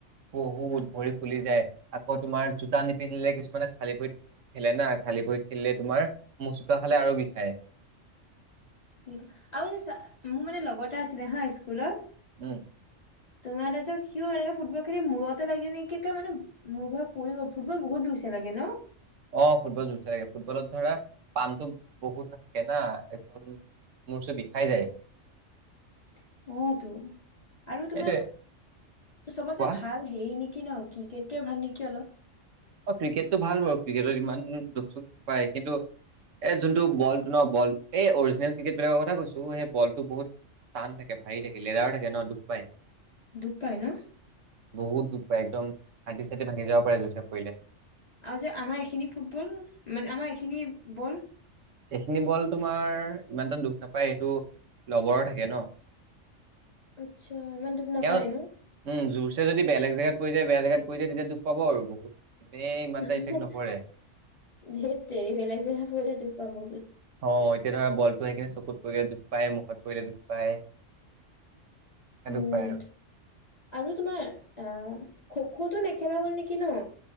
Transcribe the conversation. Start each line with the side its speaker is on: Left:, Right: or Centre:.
Right: বহুত ভৰি ফুলি যায় আকৌ তোমাৰ জোতা নিপিন্ধিলে কিছুমানে খালী ভৰিত খেলে না খালী ভৰিত খেলিলে তোমাৰ মোচকা খালে আৰু বিষায়। <unintelligible>
Left: কি আৰু মোৰ মানে লগৰ এটা আছিলে হা স্কুলত
Right: উম',
Left: তোমাৰ তাৰপিছত সিও এনেকে ফুটবল খেলি মূৰতে লাগিল নেকি ক মানে মোৰ ঘৰত পৰি গৈ ফুটবল বহুত দুইছে লাগে ন। <unintelligible>
Right: অ', ফুটবল জুচ থাগে ফুটবলত ধৰা পামটো বহুত থাকে না একদম মূৰ চো বিষাই যায়। <unintelligible>
Left: অ', তো আৰু
Right: সেইটোয়ে
Left: তোমাৰ চবচে
Right: কোৱা
Left: ভাল হেই নেকি? কি ন ক্ৰিকেটকে ভাল নেকি অলপ।
Right: অঁ', ক্ৰিকেটটো ভাল বাৰু ক্ৰিকেটত ইমান দুখ চখ নাপায় কিন্তু এই যোনটো বলটো ন বল এই অৰিজিনেল ক্ৰিকেটবিলাকৰ কথা কৈছোঁ সেই বলটো বহুত টান থাকে ভাৰি থাকে লেডাৰো থাকে ন দুখ পায়।
Left: দুখ পায় ন?
Right: বহুত দুখ পায় একদম হান্তি চাটি ভাঙি যাব পাৰে জুই চ। কৰিলে।
Left: আৰু যে আমাৰ এইখিনি ফুটবল মানে আমাৰ এইখিনি বল।
Right: এইখিনি বল তোমাৰ ইমানটা দুখ নাপায় সেইটো লবৰৰ থাকে ন',
Left: আচ্ছা ইমান তোক নাপায়
Right: তেওঁ
Left: নো।
Right: উম জোৰছে যদি বেলেগ জেগাত পৰি যায় বেয়া জোত পৰি যায় তেতিয়া দুখ পাব আৰু বহুত। এনেই ইমান
Left: হে
Right: এটা
Left: -হে
Right: ইফেক্ট নপৰে
Left: ধেত তেৰি বেলেগ জেগা পৰিলে তো। তাব
Right: হয়', তেতিয়া ধৰা বলটো সেইখিনি চকুত পৰিলে দুখ পায় মুখত পৰিলে দুখ পায় স
Left: উম
Right: দুখ পায় আৰু
Left: আৰু তোমাৰ আহ খ খটো নেখেলা হ'ল নেকি ন।